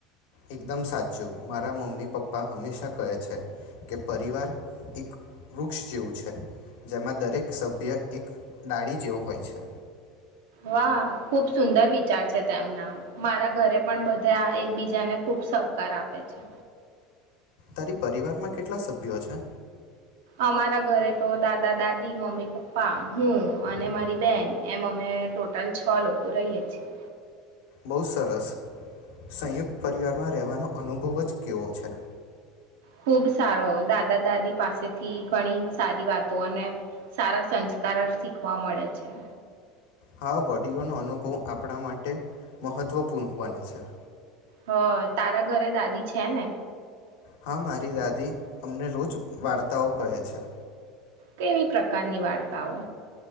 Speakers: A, on the left; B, on the right.
A: એકદમ સાચું મારા મમ્મી પપ્પા હંમેશા કહે છે કે પરિવાર એક વૃક્ષ જેવું છે જેમાં દરેક સભ્ય એક ડાડી જેવો હોય છે
B: વાહ ખુબ સુંદર વિચાર છે તેમના મારા ઘરે પણ બધા એકબીજાને ખુબ સહકાર આપે છે
A: તારી પરિવારમાં કેટલા સભ્યો છે
B: અમારા ઘરે તો દાદા દાદી મમ્મી પપ્પા હું અને મારી બેન એમ અમે ટોટલ છ લોકો રહીએ છીએ
A: બહુ સરસ સંયુક્ત પરિવારમાં રહેવાનો અનુભવ જ કેવો છે
B: ખુબ સારો દાદા દાદી પાસેથી ઘણી સારી વાતો અને સારા સંસ્કાર શીખવા મળે છે
A: હા વડીલોનો અનુભવ આપણા માટે મહત્વપૂર્ણ બને છે
B: હ તારા ઘરે દાદી છે ને
A: હા મારી દાદી અમને રોજ વાર્તાઓ કહે છે
B: કેવી પ્રકારની વાર્તાઓ